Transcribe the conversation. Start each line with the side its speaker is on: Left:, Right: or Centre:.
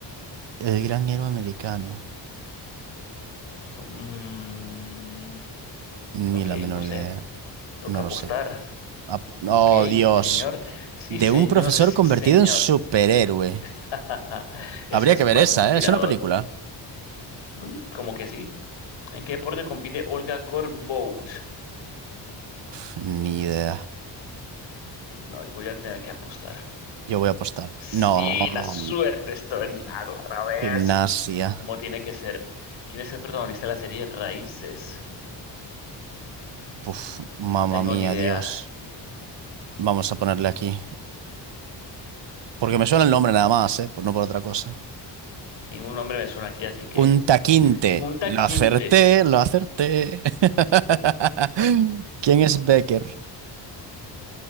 Right: El gran héroe americano.
Left: Mm,
Right: Ni
Left: ok,
Right: la menor
Left: no sé.
Right: idea.
Left: Toca
Right: No lo
Left: apostar.
Right: sé. Ap- Oh,
Left: Ok,
Right: Dios.
Left: sí señor. Sí
Right: De
Left: señor,
Right: un profesor
Left: sí
Right: convertido
Left: señor.
Right: en superhéroe.
Left: <laughs> Eso
Right: Habría
Left: es
Right: que ver
Left: más
Right: esa,
Left: inspirador.
Right: ¿eh? Es una película.
Left: ¿Mm? Como que sí. ¿En qué deporte compite Olga Korbut?
Right: Uf, ni idea.
Left: No, Voy a tener que apostar.
Right: Yo voy a apostar.
Left: Sí,
Right: No.
Left: la suerte está de mi lado otra vez.
Right: Gimnasia.
Left: ¿Cómo tiene que ser? ¿Quién es el protagonista de la serie Raíces?
Right: Uf, mamma
Left: No tengo
Right: mía,
Left: ni idea.
Right: Dios. Vamos a ponerle aquí. Porque me suena el nombre nada más, ¿eh? Pues no por otra cosa.
Left: Ningún nombre me suena aquí, así que...
Right: Kunta
Left: uf.
Right: Kinte.
Left: Kunta
Right: Lo
Left: Quinte.
Right: acerté, lo acerté. <laughs> ¿Quién es Becker?